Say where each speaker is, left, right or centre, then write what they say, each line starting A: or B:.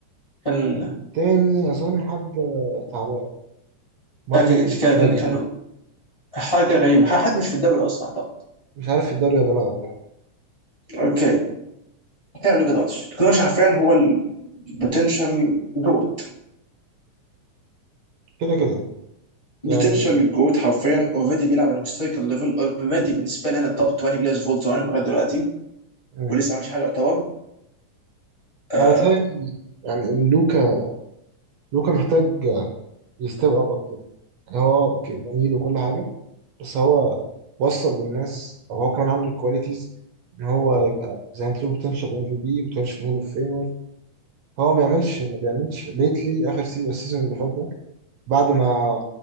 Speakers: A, on the left; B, on the right.
A: كان
B: التاني أظن حد آه، تعبان مارلون
A: آه، ك- ك- كان
B: باجلي
A: كان حاجه غريبه ح- حد مش في الدوري اصلا اعتقد
B: مش عارف في الدوري ولا لا والله
A: اوكي كان لوكا دونتش لوكا دونتش حرفيا هو البوتنشال جوت
B: كده كده يعني
A: بوتنشال جوت حرفيا اوريدي بيلعب على هيستوريكال ليفل اوريدي بالنسبه لنا توب 20 بلايرز فول تايم لغايه دلوقتي
B: مم.
A: ولسه ما عملش حاجه يعتبر آه
B: أنا بتهيألي يعني إن لوكا لوكا محتاج يستيب أب أكتر يعني هو أوكي جميل وكل حاجة بس هو وصل للناس أو هو كمان عنده الكواليتيز إن هو يبقى زي ما أنت بوتنشال ام في بي بوتنشال هول اوف فيمر هو ما بيعملش ما بيعملش ليتلي اخر سيزون السيزون اللي فات ده بعد ما